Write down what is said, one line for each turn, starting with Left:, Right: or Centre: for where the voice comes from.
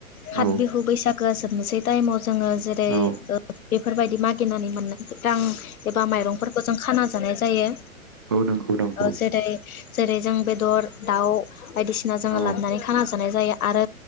Left: फाथ
Right: औ
Left: बिहु बैसागु गोसो मोनसे दाय‌ माव जोङो जेरै
Right: औ
Left: बेफोरबायदि मागिनानै मोननाय रां एबा माइरंफोरखौ जों खाना जानाय जायो
Right: औ नंगौ नंगौ
Left: ओ जेरै जेरै जों बेदर दाउ बायदिसिना जोङो
Right: औ
Left: लाबोननानै खानास जानाय जाया आरो